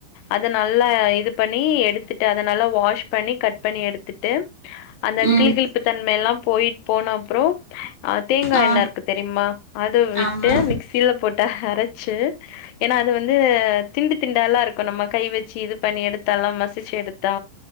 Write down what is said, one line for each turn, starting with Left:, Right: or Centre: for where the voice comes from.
Left: அத நல்லா இது பண்ணி எடுத் எடுத்துட்டு அத நல்லா வாஷ் பண்ணி கட் பண்ணி எடுத்துட்டு அந்த
Right: ம்
Left: கிளி கிளிப்பு தன்மை எல்லா போய் போன அப்றோ ஆ தேங்கா
Right: ஆ
Left: என்ன இருக்கு தெரியுமா அத விட்டு
Right: ஆமா
Left: மிக்சில போட் அரைச்சு ஏன்னா அது வந்து
Right: சரி.
Left: திண்டு திண்டாலா இருக்கும் நம்ம கை வச்சு இது பண்ணி எடுத்தெல்லா மசிச்சு
Right: ஆமா
Left: எடுத்தா